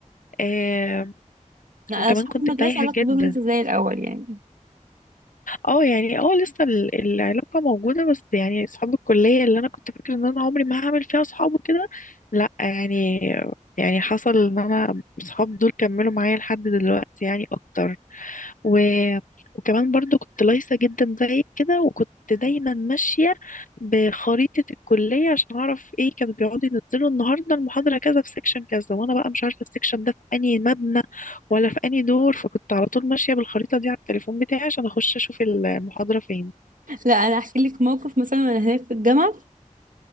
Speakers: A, on the left; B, on the right.
A: آه
B: لا،
A: وكمان
B: اصحاب
A: كنت
B: المدرسه
A: تايهة
B: علاقتي
A: جدا
B: بيهم لسه زي الاول يعني
A: اه يعني اه لسه ال- العلاقة موجودة بس يعني اصحاب الكلية اللي انا كنت فاكرة ان انا عمري ما هعمل فيها اصحاب وكده لا يعني يعني حصل ان انا اصحاب دول كملوا معايا لحد دلوقتي يعني اكتر و... وكمان برضو كنت لايصة جدا زي كده وكنت دايما ماشية بخريطة الكلية عشان أعرف ايه كانوا بيقعدوا ينزلوا النهاردة المحاضرة كذا في سيكشن كذا وأنا بقى مش عارفة السيكشن ده في أنهي مبنى ولا في أنهي دور فكنت على طول ماشية بالخريطة دي على التليفون بتاعي عشان أخش أشوف المحاضرة فين
B: لا انا احكي لك موقف مثلا وانا هناك في الجامعه